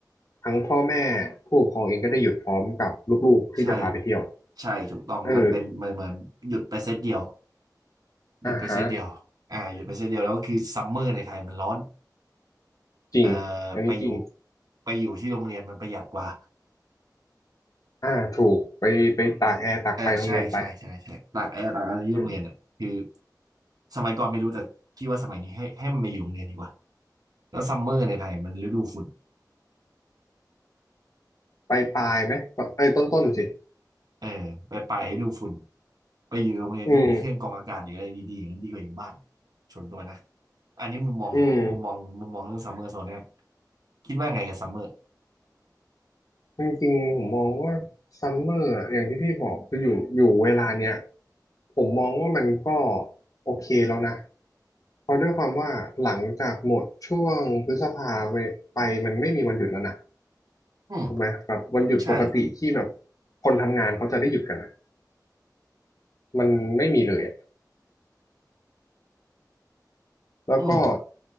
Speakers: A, on the left; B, on the right.
A: ทั้งพ่อแม่ผู้ปกครองเองก็ได้หยุดพร้อมกับลูกๆที่จะพาไปเที่ยว
B: ใช่ใช่ถูกต้องมันเป็นเหมือนเหมือนหยุดไปเซตเดียว
A: เออ
B: หยุดไปเซตเดียวอ่าหยุดไปเซตเดียวแล้วคือซัมเมอร์ในไทยมันร้อน
A: อ่าฮะจริง
B: เอ่อ
A: อันนี้จริง
B: ไปอยู่ไปอยู่ที่โรงเรียนมันประหยัดกว่า
A: อ่าถูกไปไปตากแอร์ตากไฟโรงเรียนไป
B: อ่าใช่ใช่ใช่ใช่ตากแอร์ตากอะไรที่โรงเรียนอ่ะคือ
A: เออ
B: สมัยก่อนไม่รู้แต่พี่ว่าสมัยนี้ให้ให้มันมาอยู่โรงเรียนดีกว่าแล้วซัมเมอร์ในไทยมันฤดูฝุ่น
A: ไปปลายไหมเอ้ยต้นต้นสิ
B: เออไปไปฤดูฝุ่นไปอยู่โรงเรียนที่มีเครื่องกรองอากาศหรืออะไรดีๆอย่างนั้นดีกว่าอยู่บ้าน
A: อืม
B: ชวนตัวนะอันนี้มุมมองมุมมองมุมมองเรื่องซัมเมอร์โซนแรก
A: อืม
B: คิดว่าไงกับซัมเมอร์
A: จริงๆผมมองว่าซัมเมอร์อย่างที่พี่บอกคืออยู่อยู่เวลาเนี้ยผมมองว่ามันก็โอเคแล้วนะเพราะด้วยความว่าหลังจากหมดช่วงพฤษภาไปไปมันไม่มีวันหยุดแล้วนะ
B: อืม
A: ถูกไหมแบบวันหยุดปกติที่แบบ
B: ใช่
A: คนทำงานเขาจะได้หยุดกันอะมันไม่มีเลยอะ แล้วก็
B: อืม